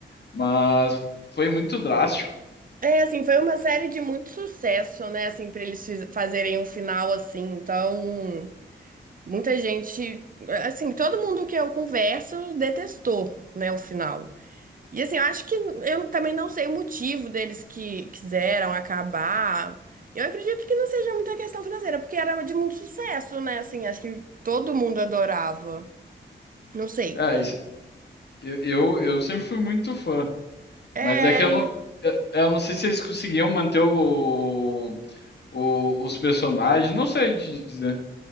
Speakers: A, on the left; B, on the right.
A: Mas foi muito drástico.
B: é, assim, foi uma série de muito sucesso, né? Assim, pra eles fiz- fazerem um final assim. Então, muita gente. Assim, todo mundo que eu converso detestou, né? O final. E assim, eu acho que eu também não sei o motivo deles que quiseram acabar. Eu acredito que não seja muita questão financeira, porque era de muito sucesso, né? Assim, acho que todo mundo adorava. Não sei.
A: É, isso- eu, eu, eu sempre fui muito fã.
B: É,
A: Mas é que eu não, eu, eu não sei se eles conseguiam manter o, o- os personagens. Não sei dizer.